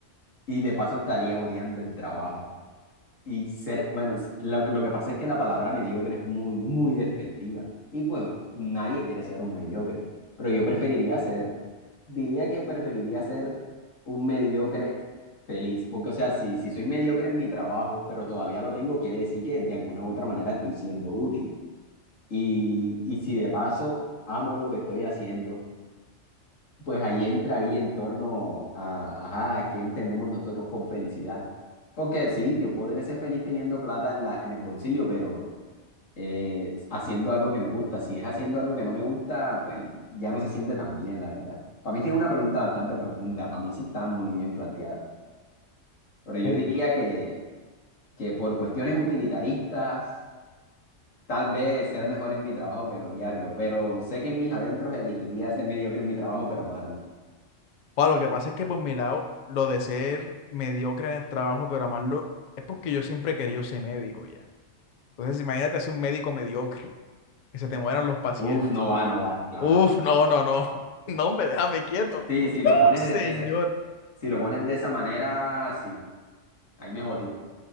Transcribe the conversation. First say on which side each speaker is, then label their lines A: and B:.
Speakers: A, on the left; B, on the left.
A: Y de paso estaría odiando el trabajo. Y ser, bueno, s- lo, lo que pasa es que la palabra mediocre es muy, muy despectiva. Y pues nadie quiere ser un mediocre. Pero yo preferiría ser, diría que preferiría ser un mediocre feliz. Porque, o sea, si, si soy mediocre en mi trabajo, pero todavía lo tengo, quiere decir que de alguna u otra manera estoy siendo útil. Y, y si de paso amo lo que estoy haciendo. Pues ahí entraría en torno a, ajá, a qué entendemos nosotros por felicidad. Porque sí, yo podré ser feliz teniendo plata en la, en el bolsillo, pero eh, haciendo algo que me gusta. Si es haciendo algo que no me gusta, pues ya no se siente tan bien, la verdad. Para mí sí es una pregunta bastante profunda, para mí sí está muy bien planteada. Pero yo
B: Uf.
A: diría que, que por cuestiones utilitaristas, tal vez ser mejor en mi trabajo, pero odiarlo. Pero sé que en mis adentros elegiría ser mediocre en mi trabajo, pero amarlo.
B: Joder, lo que pasa es que por mi lado, lo de ser mediocre en el trabajo, pero amarlo, es porque yo siempre he querido ser médico ya. Entonces, imagínate ser un médico mediocre, que se te mueran los pacientes.
A: Uf, no va, no va, claro.
B: Uf, no, no, no. <laughs> No, hombre, déjame quieto.
A: Sí,
B: <laughs>
A: si lo pones
B: Señor.
A: desde ese, si lo pones de esa manera, sí, ahí me jodiste.